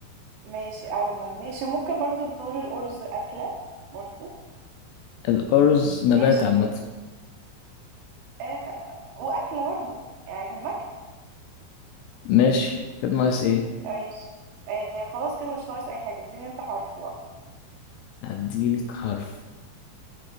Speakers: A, on the right (about 80°); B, on the left (about 85°).
A: ماشي أرنب ماشي وممكن برضو نقول الأرز أكلة برضو
B: الأرز نبات
A: ماشي
B: عامة
A: آه وأكلة برضو يعني احنا بناكل
B: ماشي كده ناقص إيه؟
A: ماشي آه خلاص كده مش ناقص أي حاجة اديني انت حرف بقى
B: هديلك حرف